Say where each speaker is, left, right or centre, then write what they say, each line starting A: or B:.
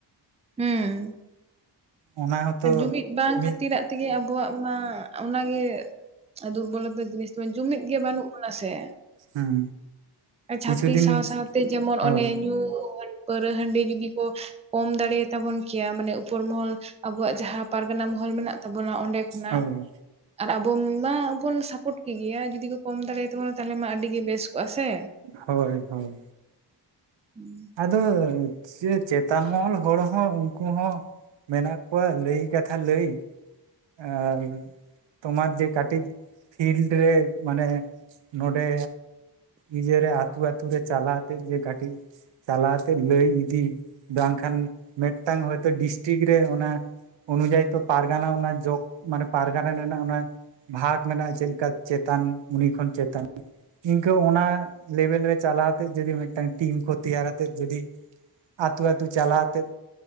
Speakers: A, on the right (about 15°); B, on the right (about 80°).
A: ᱦᱩᱸ᱾
B: ᱚᱱᱟ ᱦᱚᱸᱛᱚ
A: ᱡᱩᱢᱤᱫ ᱵᱟᱝ
B: ᱢᱤᱫ
A: ᱠᱷᱟᱹᱛᱤᱨᱟᱜ ᱛᱮᱜᱮ ᱟᱵᱚᱣᱟᱜ ᱢᱟ ᱚᱱᱟ ᱜᱮ ᱫᱩᱨᱵᱚᱞᱚᱛᱟ ᱡᱤᱱᱤᱥ ᱡᱩᱢᱤᱫ ᱜᱮ ᱵᱟᱹᱱᱩᱜ ᱵᱚᱱᱟ ᱥᱮ᱾
B: ᱦᱩᱸ
A: ᱡᱷᱟᱯᱲᱤ
B: ᱠᱤᱪᱷᱩ ᱫᱤᱱ
A: ᱥᱟᱶᱼᱥᱟᱶᱛᱮ ᱡᱮᱢᱚᱱ
B: ᱦᱳᱭ
A: ᱚᱱᱮ ᱧᱩ ᱯᱟᱹᱣᱨᱟᱹ ᱦᱟᱺᱰᱤ ᱡᱩᱫᱤ ᱠᱚ ᱠᱚᱢ ᱫᱟᱲᱮᱭ ᱛᱟᱵᱚᱱ ᱠᱮᱭᱟ ᱢᱟᱱᱮ ᱩᱯᱚᱨ ᱢᱚᱦᱚᱞ ᱟᱵᱚᱣᱟᱜ ᱡᱟᱦᱟᱸ ᱯᱟᱨᱜᱟᱱᱟ ᱢᱚᱦᱚᱞ ᱢᱮᱱᱟᱜ ᱛᱟᱵᱚᱱᱟ ᱚᱸᱰᱮ ᱠᱷᱚᱱᱟᱜ
B: ᱦᱳᱭ
A: ᱟᱨ ᱟᱵᱚ ᱢᱟ ᱵᱚᱱ ᱥᱟᱯᱚᱴ ᱠᱮᱜᱮᱭᱟ ᱡᱩᱫᱤ ᱠᱚ ᱠᱚᱢ ᱫᱟᱲᱮᱭ ᱛᱟᱵᱚᱱᱟ ᱛᱟᱦᱞᱮ ᱢᱟ ᱟᱹᱰᱤ ᱜᱮ ᱵᱮᱥ ᱠᱚᱜ-ᱟ ᱥᱮ
B: ᱦᱳᱭ ᱦᱳᱭ
A: ᱦᱩᱸ᱾
B: ᱟᱫᱚ ᱪᱮ ᱪᱮᱛᱟᱱ ᱢᱚᱦᱚᱞ ᱦᱚᱲ ᱦᱚᱸ ᱩᱱᱠᱩ ᱦᱚᱸ ᱢᱮᱱᱟᱜ ᱠᱚᱣᱟ ᱞᱟᱹᱭ ᱠᱟᱛᱷᱟ ᱞᱟᱹᱭ ᱟᱨ ᱛᱳᱢᱟᱨ ᱡᱮ ᱠᱟᱴᱤᱡ ᱯᱷᱤᱞᱰ ᱨᱮ ᱢᱟᱱᱮ ᱱᱚᱰᱮ ᱤᱡᱮ ᱨᱮ ᱟᱹᱛᱩ ᱟᱹᱛᱩ ᱨᱮ ᱪᱟᱞᱟ ᱛᱮᱜ ᱜᱮ ᱠᱟᱴᱤᱡ ᱪᱟᱞᱟᱣ ᱛᱮᱜ ᱞᱟᱹᱭ ᱤᱫᱤ ᱵᱟᱝᱠᱷᱟᱱ ᱢᱤᱫᱴᱟᱝ ᱦᱚᱭᱛᱳ ᱰᱤᱥᱴᱤᱠ ᱨᱮ ᱚᱱᱟ ᱚᱱᱤᱫᱚᱭ ᱛᱚ ᱯᱟᱨᱜᱟᱱᱟ ᱚᱱᱟ ᱡᱚᱜᱽ ᱢᱟᱱᱮ ᱯᱟᱨᱜᱟᱱᱟ ᱨᱮᱱᱟᱜ ᱚᱱᱟ ᱵᱷᱟᱜ ᱢᱮᱱᱟᱜᱼᱟ ᱪᱮᱫ ᱞᱮᱠᱟ ᱪᱮᱛᱟᱱ ᱩᱱᱤ ᱠᱷᱚᱱ ᱪᱮᱛᱟᱱ ᱤᱱᱠᱟᱹ ᱚᱱᱟ ᱞᱮᱵᱮᱞ ᱨᱮ ᱪᱟᱞᱟᱣ ᱛᱮᱫ ᱡᱩᱫᱤ ᱢᱤᱫᱴᱟᱝ ᱴᱤᱢ ᱠᱚ ᱛᱮᱭᱟᱨ ᱟᱛᱮᱫ ᱡᱩᱫᱤ ᱟᱹᱛᱩ ᱟᱹᱛᱩ ᱪᱟᱞᱟᱣᱛᱮᱫ